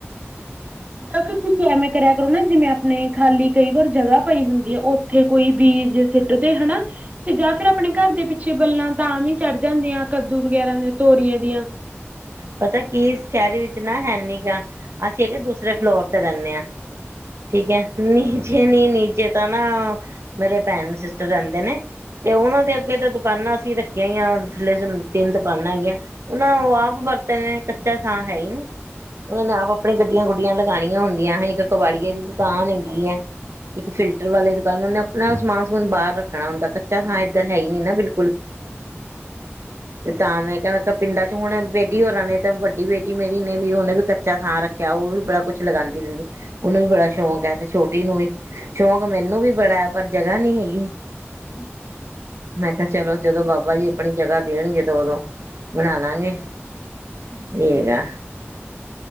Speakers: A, on the right; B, on the right.
A: <inaudible> ਤਾਂ ਫਿਰ ਤੁਸੀਂ ਐਵੇਂ ਕਰਿਆ ਕਰੋ ਨਾ ਜਿਵੇਂ ਆਪਣੇ ਖਾਲੀ ਕਈ ਵਾਰ ਜਗ੍ਹਾ ਪਈ ਹੁੰਦੀ ਆ ਉੱਥੇ ਕੋਈ ਬੀਜ ਸਿੱਟਦੇ ਹਨਾ, ਤੇ ਜਾਂ ਫਿਰ ਆਪਣੇ ਘਰ ਦੇ ਪਿੱਛੇ ਬੇਲਾਂ ਤਾਂ ਵੀ ਚੜ ਜਾਂਦੀਆਂ ਕੱਦੂ ਵਗੈਰਾ ਦੀ, ਤੋਰੀਆਂ ਦੀਆਂ
B: ਪਤਾ ਕੀ ਸ਼ਹਿਰੀ ਵਿੱਚ ਨਾ ਹੈ ਨੀ ਗਾਂ ਅਸੀਂ ਇਹਗੇ ਦੂਸਰੇ ਫਲੋਰ ਤੇ ਰਹਿੰਨੇ ਹਾਂ। ਠੀਕ ਹੈ ਨੀਚੇ ਨੀ ਨੀੇ ਚੇ ਤਾਂ ਨਾ ਮੇਰੇ ਭੈਣ ਸਿਸਟਰ ਰਹਿੰਦੇ ਨੇ ਤੇ ਉਹਨਾਂ ਦੇ ਅੱਗੇ ਤਾਂ ਦੁਕਾਨਾਂ ਰੱਖਿਆ ਥੱਲੇ ਤਿੰਨ ਦੁਕਾਨਾਂ ਹੈਗੀਆਂ। ਨਾ ਆਪ ਬਰ ਕੱਚਾ ਥਾਂ ਹੈ ਹੀ ਨੀ। ਉਹ ਨੇ ਆਪਣੇ ਗੱਡੀਆਂ ਗੁੱਡੀਆਂ ਲਗਾਣੀ ਆਂ ਹੁੰਦੀਆਂ ਇੱਕ ਕਬਾੜੀਏ ਦੀ ਦੁਕਾਨ ਹੈਗੀ ਹੈ। ਇੱਕ ਫਿਲਟਰ ਵਾਲੇ ਦੁਕਾਨ ਉਹਨੇ ਅਪਨਾ ਸਮਾਨ ਸਮੂਨ ਬਾਹਰ ਰੱਖਣਾ ਹੁੰਦਾ ਕੱਚਾ ਥਾਂ ਇੱਧਰ ਹੈ ਹੀ ਨੀ ਨਾ ਬਿਲ
A: ਹੂੰ ਹੂੰ
B: ਤੇ ਤਾਂ ਮੈਂ ਕਿਹਾ ਮੈਂ ਕਿਹਾ ਪਿੰਡਾਂ ਚ ਹੁਣ ਬੇ ਬੇਟੀ ਹੋਨਾ ਨੇ ਤਾਂ ਵੱਡੀ ਬੇਟੀ ਮੇਰੀ ਨੇ ਵੀ ਉਹਨੇ ਵੀ ਕੱਚਾ ਥਾਂ ਰੱਖਿਆ ਉਹ ਵੀ ਬੜਾ ਕੁੱਛ ਲਗਾਉਂਦੀ ਰਹਿੰਦੀ। ਉਹਨੂੰ ਵੀ ਬੜਾ ਸ਼ੌਕ ਹੈ, ਤੇ ਛੋਟੀ ਨੂੰ ਵੀ। ਸ਼ੌਕ ਮੈਨੂੰ ਮੈਨੂੰ ਵੀ ਬੜਾ ਪਰ ਜਗ੍ਹਾ ਨੀ ਹੈਗੀ।
A: ਅੱਛਾ
B: ਮੈਂ ਕਿਹਾ ਚਲੋ ਜਦੋਂ ਬਾਬਾ ਜੀ ਆਪਣੀ ਜਗ੍ਹਾ ਦੇਣਗੇ ਤਾਂ ਉਦੋਂ ਬਣਾ ਲਾਂਗੇ।
A: ਹੂੰ
B: ਇਹ
A: ਹੂੰ
B: ਹੈਗਾ